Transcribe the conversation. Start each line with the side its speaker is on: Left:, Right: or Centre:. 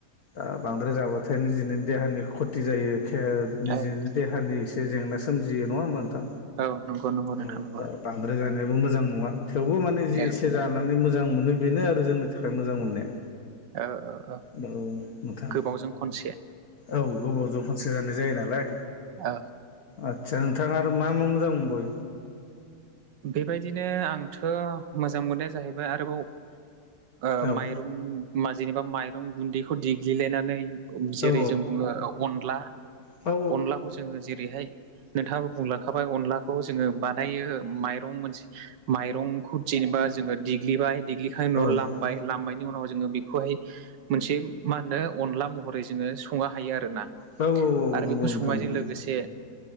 Left: ओ बांद्राय जाबाथाय निजिनो देहानि खथि जायो खेर निजिनो
Right: औ
Left: देहानि एसे जेंना सोमजियो नङा होमबा नोंथां?
Right: औ नंगौ नंगौ नोंथां
Left: औ
Right: नंगौ
Left: दा बांद्राय जानायाबो मोजां नङा थेवबो माने जि
Right: औ
Left: एसे जा नानै मोजां मोनो बेनो आरो जोंनि थाखाय मोजां मोननाया।
Right: औ औ औ
Left: दाव नोंथां
Right: गोबावजों खनसे
Left: औ गोबावजों फानसे जानायय जायो नालाय।
Right: औ
Left: आदसा नोंथाङा आरो मा मा मोजां मोनबो?
Right: बेबायदिनो आंथ' मोजां मोननाया जाहैबाय आरोबाव ओ
Left: औ
Right: माइरं मा जेनेबा माइरं गुन्दैखौ देग्लिलायनानै जेरै
Left: औ
Right: जों बुङो अनला
Left: औ
Right: अनलाखौ जोङो जेरैहाय नोंथाङाबो बुंलाखाबाय अनलाखौ जोङो बानायो। माइरं मोनसे माइरंखौ जेनेबा जोङो देग्लिबाय देग्लिखांनायनि
Left: औ
Right: उनाव
Left: औ
Right: लामबाय लामनायनि उनाव जोङो बेखौहाय मोनसे मा होनो अनला महरै जोङो संनो हायो आरो ना?
Left: औ
Right: आरो
Left: औ नंगौ
Right: बेखौ
Left: नोंथां
Right: संनायजों
Left: नंगौ
Right: लोगोसे